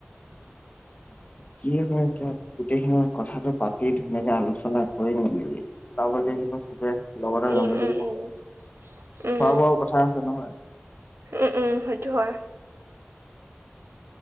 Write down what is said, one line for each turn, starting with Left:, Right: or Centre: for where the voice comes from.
Left: কি হয় এতিয়া গোটেইখিনি কথাটো পাতি ধুনীয়াকে আলোচনা কৰি মেলি ওলাব লাগিব চবে লগতে
Right: উম
Left: যাব লাগিব
Right: উম উম উম
Left: খোৱা বোৱাও কথা আছে নহয়
Right: উম উম সেইটো হয়। অ।